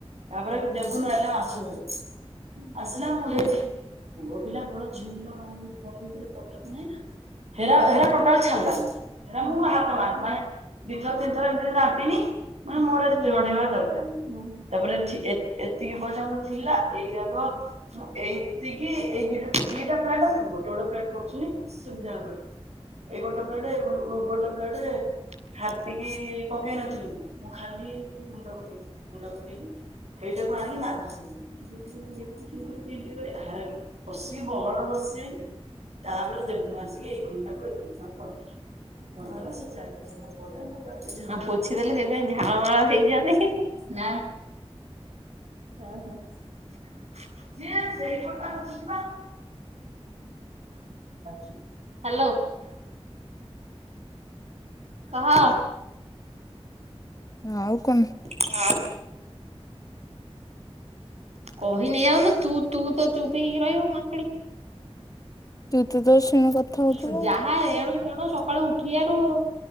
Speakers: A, on the right; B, on the left.
A: ତାପରେ ଦେବୁନୁ ଆଇଲା ମାଛ ଧରି ଆସିଲା ମୋ <unintelligible> ପୁଅ ପିଲା ବଳ ଝିଅ ପିଲା ବଳ ବଳ ଭିତରେ ତଫାତ୍ ନାହିଁ ନା? ହେରା ହେରା ଟୋଟାଲ୍ ଛାଡିଲାନି, ହେରା ମୁଁ ହାତ ମାରିନି ମାନେ ଦି ଥର ତିନ୍ ଥର ଏମ୍ତି ରେ ରାମ୍ପିନି ମାନେ ମୋର ବଢେଇବା ଦରକାର ନାହିଁଁ ତାପରେ ଏ ଏତିକି ପର୍ଯ୍ୟନ୍ତ ଥିଲା ଏଇ ରାକ ମୁଁ ଏତିକି ଏଇ ଦିଟା ଦିଟା ଫ୍ଲାଟ୍ ଆଉ ଗୋଟେ ଗୋଟେ ଫ୍ଲାଟ୍ କରୁଛି ସୁବିଧା ହେବାକୁ। ଏଇ ଗୋଟେ ପ୍ଲେଟେ ଏ ଗୋଟେ ପ୍ଲେଟେ ହାର୍ପିକି ପକେଇ ନଥିଲି ମୁଁ, ମୁଁ ଖାଲି ଗୁଣ୍ଡ ପକେଇ ଗୁଣ୍ଡ ପକେଇଲି। ହେଇଟାକୁ ଆଣି ମାଜୁଥିନି। <unintelligible> କସିକି ବହଳ ବସେଇନି ତାପରେ ଦେଖୁନୁ ଆସିକି ଏଇ ଖଣ୍ଡ୍ ଟାକୁ ଏଇ ଖଣ୍ଡ୍ ଟାକୁ କରୁଥିଲି, ଘର ସେ ଜାଗା ଜାଗା <inaudible> ପୋଛିଦେଲି ସେଇଥିପାଇଁ ଝାଳ ମାଳ ହେଇଯାଏନି। ଅ ହ। ସିଏ ସେଇପଟା ପୋଛିଚି ପା <unintelligible> ହାଲୋ। କହ।
B: ଆଉ କଣ?
A: <inaudible> କହି ନେଇ ଯାଉନୁ ତୁ ତୁ ତ ଚୁପ୍ ହେଇକି ରହିବୁ ମାଙ୍କେଡି।
B: ତୁ ତ ତୋର ଶୁଣ କଥା ହଉଥିଲୁ
A: ତୁ ଯାହା ଏଣୁ ତେଣୁ ସକାଳୁ ଉଠିଆ ରୁ